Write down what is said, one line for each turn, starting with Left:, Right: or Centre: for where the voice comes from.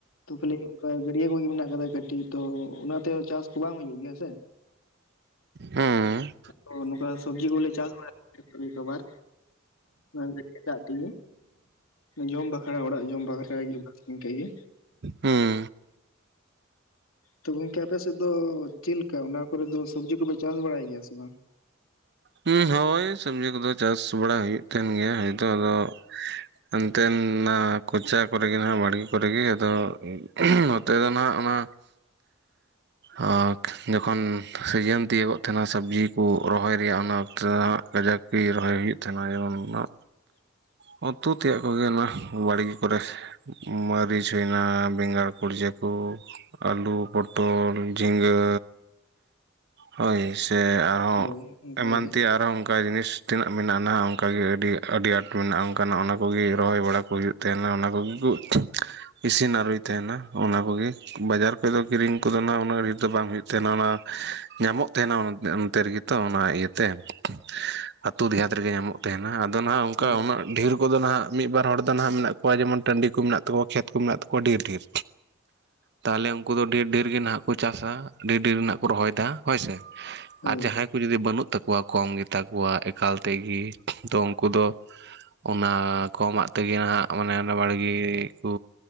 Left: ᱛᱚ ᱠᱷᱟᱞᱤ ᱚᱱᱠᱟ ᱜᱟᱹᱰᱭᱟᱹ ᱠᱚᱜᱮ ᱢᱮᱱᱟᱜ ᱠᱟᱫᱟ ᱠᱟᱹᱴᱤᱡ ᱛᱚ ᱚᱱᱟᱛᱮᱦᱚᱸ ᱪᱟᱥ ᱵᱟᱝ ᱦᱩᱭᱩᱜ ᱜᱮᱭᱟ ᱥᱮ
Right: ᱦᱮᱸ
Left: <unintelligible> ᱱᱚᱝᱠᱟ ᱥᱚᱵᱽᱡᱤ ᱠᱚᱞᱮ ᱪᱟᱥ ᱵᱟᱲᱟᱭ <inaudible> ᱛᱮᱜᱮ ᱡᱚᱢ ᱵᱟᱠᱷᱨᱟ ᱚᱲᱟᱜ ᱡᱚᱢ ᱵᱟᱠᱷᱨᱟ <inaudible> ᱜᱮ
Right: ᱦᱮᱸ
Left: ᱛᱚ ᱜᱚᱝᱠᱮ ᱟᱯᱮ ᱥᱮᱫ ᱫᱚ ᱪᱮᱫᱞᱮᱠᱟ ᱚᱱᱟ ᱠᱚᱨᱮ ᱫᱚ ᱥᱚᱵᱡᱤ ᱠᱚᱯᱮ ᱪᱟᱥ ᱵᱟᱲᱟᱭ ᱜᱮᱭᱟ ᱥᱮ ᱵᱟᱝ
Right: ᱦᱚᱸ, ᱦᱳᱭ ᱥᱚᱵᱡᱤ ᱠᱚᱫᱚ ᱪᱟᱥ ᱵᱟᱲᱟ ᱦᱩᱭᱩᱜ ᱠᱟᱱ ᱜᱮᱭᱟ ᱦᱚᱭᱛᱳ ᱟᱫᱚ ᱾ ᱮᱱᱛᱮᱱ-ᱱᱟ ᱠᱚᱪᱟ ᱠᱚᱨᱮᱜᱮ ᱱᱟᱦᱟᱜ ᱵᱟᱲᱜᱮ ᱠᱚᱨᱮᱜᱮ ᱟᱫᱚ ᱱᱚᱛᱮ ᱫᱚ ᱱᱟᱜ ᱚᱱᱟ ᱟᱨ ᱡᱚᱠᱷᱚᱱ ᱥᱤᱡᱤᱱ ᱛᱤᱭᱳᱜᱚᱜ ᱛᱟᱦᱮᱱᱟ ᱥᱚᱵᱽᱡᱤ ᱠᱚ ᱨᱚᱦᱚᱭ ᱨᱮᱭᱟᱜ ᱚᱱᱟ ᱚᱠᱛᱮ ᱫᱚ ᱱᱟᱜ ᱠᱟᱡᱟᱠ ᱠᱤ ᱨᱚᱦᱚᱭ ᱦᱩᱭᱩᱜ ᱛᱟᱦᱮᱱᱟ? ᱡᱮᱢᱚᱱ-ᱱᱟᱜ
Left: <inaudible> ᱤᱸ-ᱠᱤᱸᱜ ᱾
Right: ᱦᱚᱸ ᱛᱩᱫ ᱛᱮᱭᱟᱜ ᱠᱚᱜᱮ ᱱᱚᱣᱟ ᱵᱟᱲᱜᱮ ᱠᱚᱨᱮ, ᱢᱟᱹᱨᱤᱪ ᱦᱩᱭᱮᱱᱟ, ᱵᱮᱸᱜᱟᱲ ᱠᱩᱲᱡᱟᱹ ᱠᱚ, ᱟᱹᱞᱩ, ᱯᱚᱴᱚᱞ, ᱡᱤᱸᱜᱟᱹ ᱦᱳᱭ ᱥᱮ ᱟᱨᱦᱚᱸ
Left: ᱦᱳᱭ ᱚᱱᱠᱟ
Right: ᱮᱢᱟᱱ
Left: ᱜᱮ
Right: ᱛᱮᱭᱟᱜ ᱟᱨᱦᱚᱸ ᱚᱸ- ᱠᱟ ᱡᱤᱱᱤᱥ ᱛᱤᱱᱟᱹᱜ ᱢᱮᱱᱟᱜ ᱱᱟᱦᱟᱜ ᱚᱸᱠᱟᱜᱮ ᱟᱹᱰᱤ, ᱟᱹᱰᱤ ᱟᱸᱴ ᱢᱮᱱᱟᱜᱼᱟ, ᱚᱸᱠᱟᱱᱟᱜ ᱚᱱᱟ ᱠᱚᱜᱮ ᱨᱚᱦᱚᱭ ᱵᱟᱲᱟ ᱠᱚ ᱦᱩᱭᱩᱜ, ᱛᱟᱦᱮᱸᱱᱟ ᱚᱱᱟ ᱠᱚᱜᱮ ᱠᱩᱜ <unintelligible> ᱤᱥᱤᱱ ᱟᱨᱩᱭ ᱛᱟᱦᱮᱸᱱᱟ ᱚᱱᱟ ᱠᱚᱜᱮ, ᱵᱟᱡᱟᱨ ᱯᱮᱫᱚ ᱠᱤᱨᱤᱧ ᱠᱚᱫᱚ ᱱᱟᱜ ᱩᱱᱟᱹ- ᱚᱱᱟ ᱨᱮᱜᱮ ᱛᱚ ᱵᱟᱝ ᱦᱩᱭᱩᱜ ᱛᱟᱦᱮᱸᱱᱟ ᱚᱱᱟ, ᱧᱟᱢᱚᱜ ᱛᱟᱦᱮᱸᱱᱟ ᱚᱱ ᱚᱱᱛᱮ, ᱚᱸᱛᱮ ᱨᱮᱜᱮ ᱛᱚ ᱚᱱᱟ ᱤᱭᱟᱹᱛᱮ, ᱟᱹᱛᱩ ᱫᱮᱦᱟᱛ ᱨᱮᱜᱮ ᱧᱟᱢᱚᱜ ᱛᱮᱦᱮᱱᱟ, ᱟᱫᱚ ᱱᱟᱦᱟᱜ ᱚᱸᱠᱟ
Left: ᱦᱳᱭ
Right: ᱩᱱᱟᱹᱜ ᱰᱷᱮᱨ ᱩᱸᱠᱚ ᱫᱚ ᱱᱟᱦᱟᱜ ᱢᱤᱫ ᱵᱟᱨ ᱦᱚᱲ ᱫᱚ ᱱᱟᱜ ᱢᱮᱱᱟᱜ ᱠᱚᱣᱟ ᱡᱮᱢᱚᱱ ᱴᱟᱺᱰᱤ ᱠᱩ ᱢᱮᱱᱟᱜ ᱛᱟᱠᱩᱣᱟᱹ ᱠᱷᱮᱛ ᱠᱚ ᱢᱮᱱᱟᱜ ᱛᱟᱠᱚᱣᱟ ᱰᱷᱮᱨ ᱰᱷᱮᱨ᱾ ᱛᱟᱦᱮᱞᱮ ᱩᱸᱠᱩ ᱫᱚ ᱰᱷᱮᱨ ᱰᱷᱮᱨ ᱜᱮ ᱱᱟᱜ ᱠᱚ ᱪᱟᱥᱟ, ᱰᱷᱮᱨ ᱰᱷᱮᱨ ᱨᱮᱱᱟᱜ ᱠᱚ ᱨᱚᱦᱚᱭ ᱮᱫᱟ ᱦᱳᱭ ᱥᱮ,
Left: ᱦᱳᱭ
Right: ᱟᱨ ᱡᱟᱦᱟᱸᱭ ᱠᱚ ᱡᱩᱫᱤ ᱵᱟᱹᱱᱩᱜ ᱛᱟᱠᱚᱣᱟ ᱠᱚᱢ ᱜᱮ ᱛᱟᱠᱚᱣᱟ ᱮᱠᱟᱞ ᱛᱮᱜᱮ, ᱫᱚ ᱩᱸᱠᱩ ᱫᱚ ᱚᱱᱟ ᱠᱚᱢᱟᱜ ᱛᱮᱜᱮ ᱦᱟᱸᱜ ᱢᱟᱱᱮ ᱚᱱᱟ ᱵᱟᱲᱜᱮ ᱠᱚ,